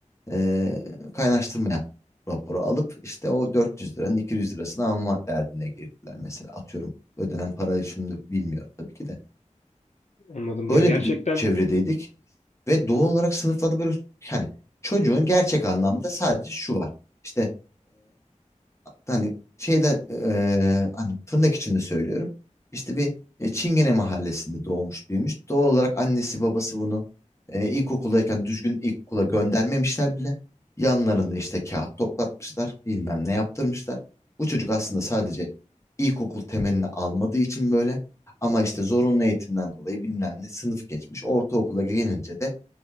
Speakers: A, on the left (about 20°); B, on the left (about 60°).
A: e, kaynaştırma yap raporu alıp işte o 400 liranın 200 lirasını alma derdine girdiler mesela atıyorum. Ödenen parayı şimdi bilmiyorum tabii ki de.
B: Anladım. Ya
A: Öyle
B: gerçekten
A: bir dü- çevredeydik ve doğal olarak sınıflarda böyle yani çocuğun gerçek anlamda sadece şu var. İşte hani şeyde e, hani tırnak içinde söylüyorum. İşte bir e, Çingene mahallesinde doğmuş büyümüş. Doğal olarak annesi babası bunu e, ilkokuldayken düzgün ilkokula göndermemişler bile. Yanlarında işte kağıt toplatmışlar, bilmem ne yaptırmışlar. Bu çocuk aslında sadece ilkokul temelini almadığı için böyle ama işte zorunlu eğitimden dolayı bilmem ne sınıf geçmiş. Ortaokula gelince de